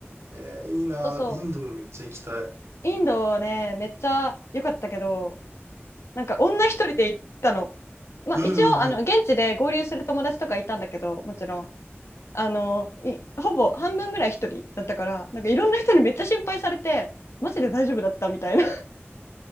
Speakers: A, on the right; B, on the left.
A: えー、いいなインドもめっちゃ行きたい。
B: そうそう。インドね、めっちゃ良かったけど、なんか女一人で行ったの。まあ一応、
A: うんうんうん。
B: あの、現地で合流する友達とかいたんだけど、もちろん。あの、いほぼ半分ぐらい一人だったから、なんかいろんな人にめっちゃ心配されて、マジで大丈夫だったみたいな。